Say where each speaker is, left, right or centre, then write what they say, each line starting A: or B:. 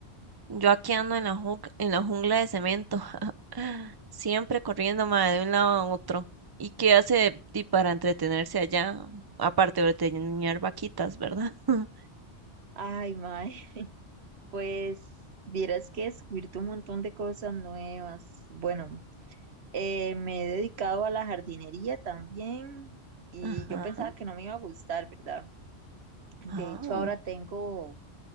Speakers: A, on the right; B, on the right.
A: Yo aquí ando en la, jug- en la jungla de cemento, <laughs> siempre corriendo mae, de un lado a otro. ¿Y qué hace di para entretenerse allá? Aparte de ordeñar vaquitas, ¿verdad? <laughs>
B: Ay, mae, <laughs> pues vieras que descubierto un montón de cosas nuevas. Bueno, eh, me he dedicado a la jardinería también y
A: Ajá.
B: yo pensaba que no me iba a gustar, ¿verdad? De
A: Ah.
B: hecho, ahora tengo